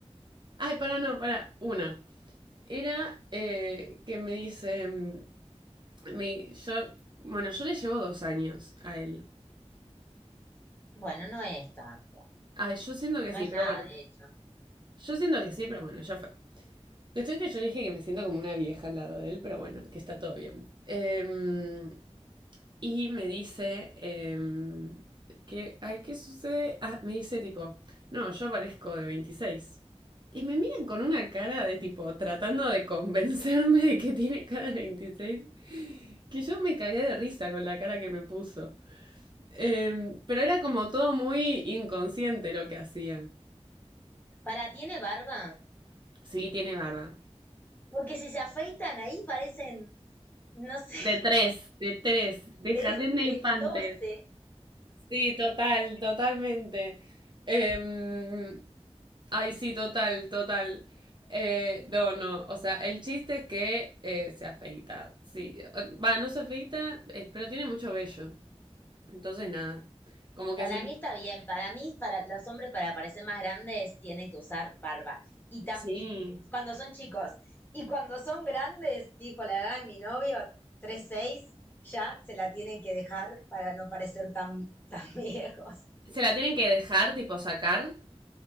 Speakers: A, on the right; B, on the left.
A: Ay, para, no, para, una. Era eh, que me dice, mm, me- yo, bueno, yo le llevo dos años a él.
B: Bueno, no es tanto.
A: Ay, yo siento que
B: No
A: sí,
B: es
A: pero
B: nada,
A: bueno,
B: de hecho.
A: yo siento que sí, pero bueno, ya fue. Cuestión que yo le dije que me siento como una vieja al lado de él, pero bueno, que está todo bien. Em, y me dice, em, que, ay, ¿qué sucede? Ah, me dice tipo, no, yo parezco de veintiséis Y me miran con una cara de tipo, tratando de convencerme de que tiene cara de veintiséis Que yo me cagué de risa con la cara que me puso. Eh, pero era como todo muy inconsciente lo que hacía.
B: ¿Para tiene barba?
A: Sí, tiene barba.
B: Porque si se afeitan ahí parecen, no sé.
A: De tres, de tres, de
B: De,
A: jardín de
B: de
A: infantes.
B: 12.
A: Sí, total, totalmente. Em, ay, sí, total, total. Eh, no, no, o sea, el chiste es que eh, se afeita. Sí, va, no se afeita, eh, pero tiene mucho vello. Entonces, nada, como
B: Para
A: que se...
B: mí está bien. Para mí, para los hombres, para parecer más grandes, tienen que usar barba. Y, tam-
A: Sí,
B: y cuando son chicos. Y cuando son grandes, tipo la edad de mi novio, tres seis, ya se la tienen que dejar para no parecer tan, tan <laughs> viejos.
A: se la tienen que dejar, tipo sacar.